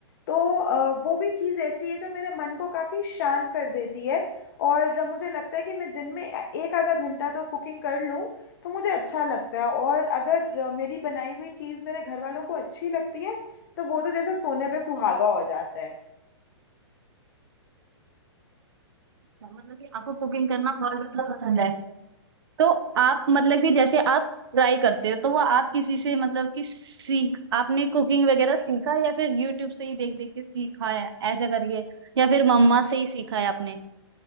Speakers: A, on the left; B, on the right.
A: तो अ, वो भी चीज़ ऐसी है जो मेरे मन को काफ़ी शांत कर देती है और मुझे लगता है कि मैं दिन में एक आधा घंटा तो कुकिंग कर लूं तो मुझे अच्छा लगता है और अगर अ, मेरी बनाई हुई चीज़ मेरे घर वालों को अच्छी लगती है तो वो तो जैसे सोने पे सुहागा हो जाता है
B: मतलब कि आपको कुकिंग करना बहुत ज्यादा पसंद है तो आप मतलब कि जैसे आप ट्राई करते हो तो वो आप किसी से मतलब कि सीख आपने कुकिंग वगैरह सीखा या फिर यूट्यूब से ही देख देख के सीखा है ऐसा करके या फिर मम्मा से ही सीखा है आपने